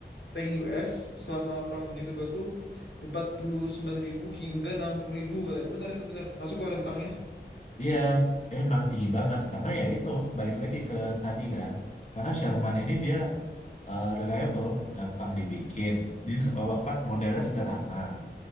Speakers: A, on the left; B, on the left.
A: tank US selama Perang Dunia Kedua tuh 49.000 hingga 60.000 katanya. Bener itu bener. Masuk ke rentangnya.
B: Iya, emang tinggi banget karena ya itu balik lagi ke tadi kan. Karena Sherman ini dia eh, reliable, gampang dibikin. Dia apa, apa modelnya sederhana.